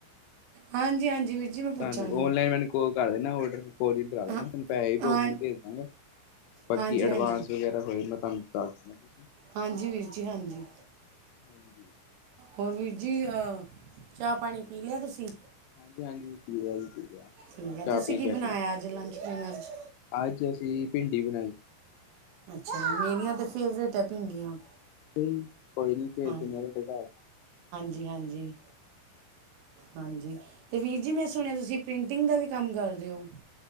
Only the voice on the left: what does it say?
<unintelligible> ਔਨਲਾਇਨ ਉਹ ਕਰਦੇ ਨਾ, ਔਡਰ। ਕੋਰਿਅਰ ਕਰਵਾ ਦੇਵਾਂ,
ਤੁਹਾਨੂੰ ਪੈਹੇ ਮੈਂ
ਆਨਲਾਈਨ ਭੇਜ ਦਾਂਗਾ। ਬਾਕੀ
ਐਡਵਾਂਸ
ਵਗੈਰਾ ਹੋਏ <unintelligible>
<inaudible>
ਹਾਂਜੀ-ਹਾਂਜੀ ਪੀ ਲੇਆ ਜੀ ਪੀ ਲਿਆ ਹੁਣੇ
ਚਾਹ
ਪੀ
ਕੇ
ਹਟੇ
ਅੱਜ ਅਸੀਂ ਭਿੰਡੀ ਬਣਾਈ।
ਤੇ ਕੋਈ ਨੀ ਭੇਜ
ਦਿੰਨੇ ਆ, ਤੁਹਾਡੇ ਘਰ।